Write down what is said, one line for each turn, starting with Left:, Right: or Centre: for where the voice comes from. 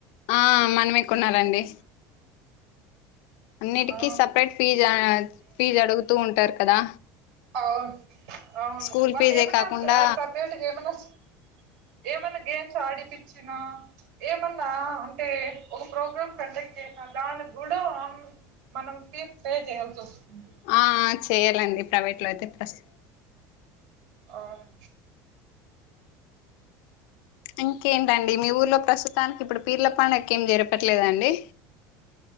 Left: ఆ మనమే కొనాలండి అన్నిటికిీ
Right: ఆ
Left: సపరేట్ ఫీజా ఫీజ్ అడుగుతూ ఉంటారు కదా
Right: అవున్ అవును
Left: స్కూల్
Right: వాళ్లేమన్నా
Left: ఫీజే కాకుండా
Right: అ సెపరేటగ ఏమనస్ ఏమన్న గేమ్స్ ఆడిపిచ్చినా ఏమన్నా అంటే ఒక ప్రోగ్రామ్ కండక్ట్ చేసాన్ దాని గ్గూడాం మనం ఫీర్ పే జేయాల్స్ ఒస్తుంది
Left: ఆ చేయలండి ప్రైవేట్ లో అయితే ప్రస్
Right: అమ్
Left: ఇంకేంటండి మీ ఊర్లో ప్రస్తుతానికిప్పుడు పీర్ల పండక్కేం జరపట్లేదా అండి